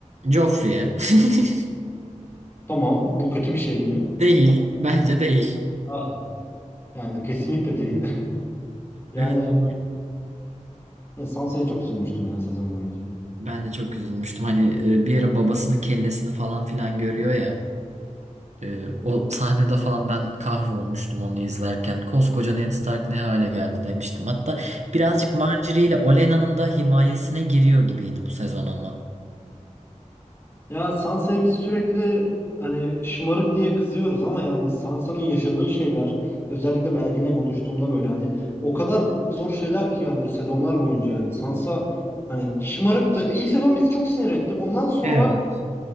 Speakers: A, on the right; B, on the left.
A: Joffrey'e. <laughs>
B: Tamam, bu kötü bir şey mi?
A: Değil. Bence değil.
B: Ah, Yani kesinlikle değil. <laughs> Yani
A: Evet doğru.
B: Sansa'ya çok üzülmüştüm ya sezon boyunca.
A: Ben de çok üzülmüştüm. Hani e, bir ara babasının kellesini falan filan görüyor ya. Ee, o sahnede falan ben kahrolmuştum onu izlerken. Koskoca Ned Stark ne hale geldi demiştim. Hatta birazcık Margaery ile Olenna'nın da himayesine giriyor gibiydi bu sezon ama.
B: Ya Sansa'ya biz sürekli hani şımarık diye kızıyoruz ama yani Sansa'nın yaşadığı şeyler özellikle Belgin'le konuştuğumda böyle hani o kadar zor şeyler ki yani bu sezonlar boyunca yani Sansa hani şımarıktı. İlk sezon bizi çok sinir etti. Ondan sonra
A: Evet.